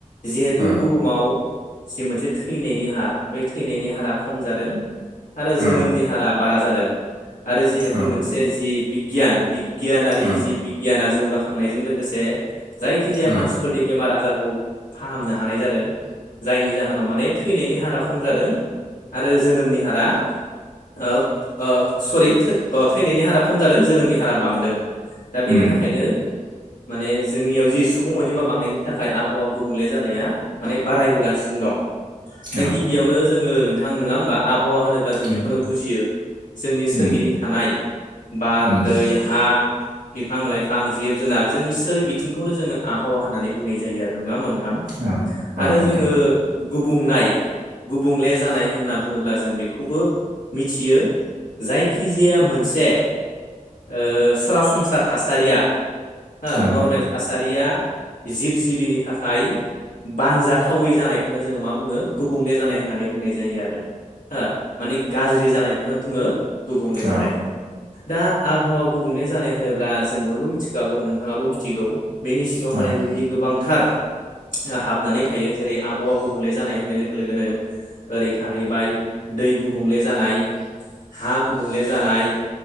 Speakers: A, on the left; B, on the right.
A: जिहेथु
B: औ
A: बुहुमाव जि मोनसे थैनायनि हार बे थैनायनि हारा खम जादों। आरो
B: औ
A: जोनोमनि हारा बारा जादों। आरो जिहेतु
B: औ
A: मोनसे जि बिगियान बिगियानारि
B: औ
A: जि बिगियाना जौ जौगाखांनायजों लोगोसे जायखिजाया
B: औ
A: मानसिफोरनि बेमार आजारखौ फाहामनो हानाय जादों जायनि जाहोनाव माने थैनायनि हारा खम जादों आरो जोनोमनि हारा ओ ओ सरि थै थैनायनि हारा खम जादों जोनोमनि हारा बांदों। दा बेनि
B: उम
A: थाखायनो माने जोंनियाव जि सुबुं अनजिमा बांनायनि थाखाय आबहावा गुबुंले जानाया माने बारायबोगासिनो दं दा
B: औ
A: गिबियावनो जोङो नोंथां नङा होमबा आबहावा होनोब्ला जों
B: उम
A: बेखौनो बुजियो जोंनि सोरगिदिं
B: उम
A: थानाय बार
B: उम
A: दै हा बिफां लाइफां जिब जुनार जोंनि सोर बिथिंखौनो जोङो आबहावा होननानै बुंनाय जायो आरो नङा मोनथां
B: औ औ नोंथां
A: आरो जोङो गुबुंनाय गुबुंले जानाय होनना बुङोब्ला जों बेखौबो मिथियो जायखिजाया मोनसे ओ सरासनस्रा थासारिया हो
B: औ
A: नर्मेल थासारिया जिब जिबिनि थाखाय बानजाथावै जानायखौनो जोङो मा बुङो गुबुंले जानाय होननानै बुंनाय जायो आरो हो माने गाज्रि जानायखौनो बुङो गुबुंले
B: औ
A: जानाय
B: औ
A: दा आबहावा गुबुंले जानाय होनोब्ला जों बयबो मिथिखागौ नोंथाङाबो मिथिगौ बेनि सिङाव
B: औ
A: माने बेबायदि गोबांथार हाबनानै थायो जेरै आबहावा गुबुंले जानाय होननाय लोगो लोगोनो ओरै थाहैबाय दै गुबुंले जानाय हा गुबुंले जानाय